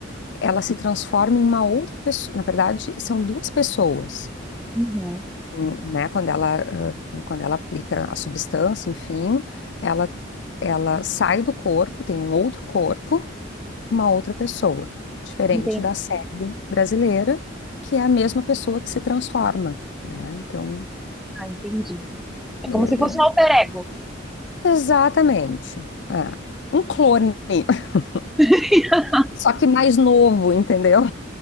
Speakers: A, on the left; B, in the centre.
A: ela se transforma em uma outra pessoa. Na verdade, são duas pessoas,
B: Uhum.
A: hum, né? Quando ela, ah, quando ela aplica a substância, enfim, ela, ela sai do corpo, tem um outro corpo, com uma outra pessoa, diferente
B: Entendi.
A: da série brasileira, que é a mesma pessoa que se transforma. né? Então,
B: Ah, entendi. É
A: é,
B: como se fosse um alter ego.
A: Exatamente. É. Um clone, <laughs>
B: <laughs>
A: só que mais novo, entendeu?